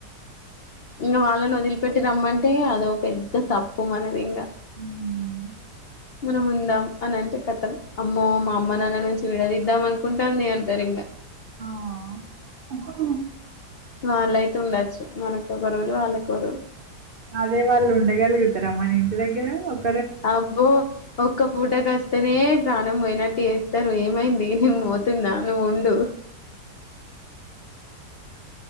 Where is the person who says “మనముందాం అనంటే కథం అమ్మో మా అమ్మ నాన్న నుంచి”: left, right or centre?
Left